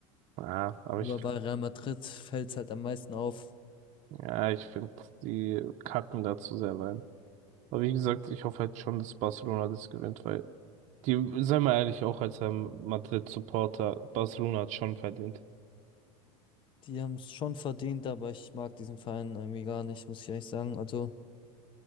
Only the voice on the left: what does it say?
Aber
bei Real Madrid fällt's halt am meisten auf.
Die haben's schon verdient, aber ich mag diesen Verein irgendwie gar nicht, muss ich ehrlich sagen. Also,